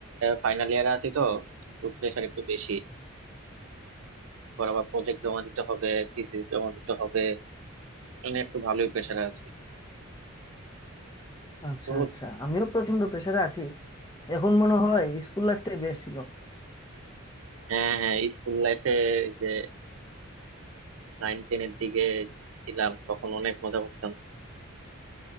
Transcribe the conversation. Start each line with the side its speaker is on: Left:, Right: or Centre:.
Right: ফাইনাল ইয়ারে আছি তো একটু প্রেশার একটু বেশি পর আবার প্রজেক্ট জমা দিতে হবে থিসিস জমা দিতে হবে মানে একটু ভালোই প্রেশারে আছি
Left: আচ্ছা
Right: তো
Left: আচ্ছা আমিও প্রচন্ড প্রেশারে আছি এখন মনে হয় স্কুল লাইফটাই বেস্ট ছিল
Right: হ্যাঁ হ্যাঁ স্কুল লাইফে যে নাইন টেনের দিকে ছিলাম তখন অনেক মজা করতাম